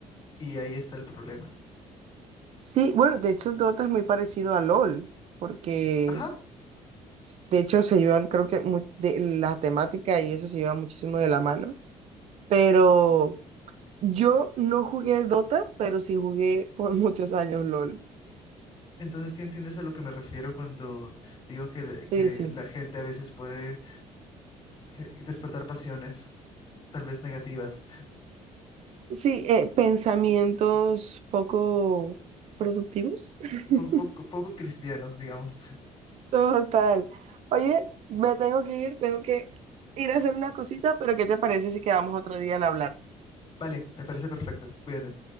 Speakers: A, on the left; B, on the right.
A: y ahí está el problema.
B: Sí, bueno, de hecho Dota es muy parecido a LOL, porque
A: Ajá,
B: s- de hecho se llevan, creo que mu- de, la temática y eso se lleva muchísimo de la mano, pero yo no jugué Dota, pero sí jugué por <laughs> muchos años LOL.
A: entonces sí entiendes a lo que me refiero cuando digo que, le-
B: Sí,
A: que
B: sí.
A: la gente a veces puede que- y despertar pasiones, tal vez negativas,
B: Sí, eh, pensamientos poco productivos. <laughs>
A: poco, poco, poco cristianos, digamos.
B: Total. Oye, me tengo que ir, tengo que ir a hacer una cosita, pero ¿qué te parece si quedamos otro día en hablar?
A: Vale, me parece perfecto. Cuídate.